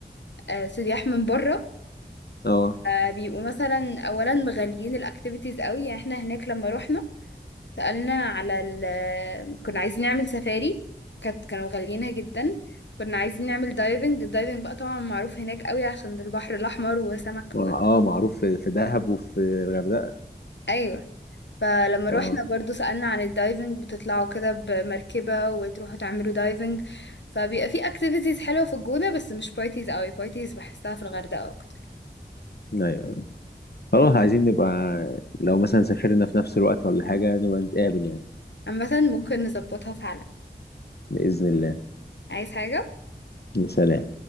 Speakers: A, on the left; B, on the left.
A: آه، سياح من بره
B: اه
A: آه، بيبقوا مثلا اولا مغاليين الاكتيفيتيز قوي يعني احنا هناك لما رحنا سألنا على ال كنا عايزين نعمل سفاري كانت كانوا غاليينها جدا كنا عايزين نعمل دايفنج الدايفنج بقى طبعا معروف هناك قوي عشان ده البحر الأحمر وسمك
B: اه
A: و...
B: معروف في في دهب وفي الغردقه
A: أيوة فلما روحنا
B: اه
A: برضو سألنا عن الدايفنج بتطلعوا كده بمركبة وتروحوا تعملوا دايفنج فبيبقى في اكتيفيتيز حلوة في الجونة بس مش بارتيز قوي بارتيز بحسها في الغردقة أكتر
B: ايوه خلاص عايزين نبقى لو مثلا سافرنا في نفس الوقت ولا حاجه نبقى نتقابل يعني
A: عامة ممكن نظبطها فعلا
B: باذن الله
A: عايز حاجة؟
B: سلام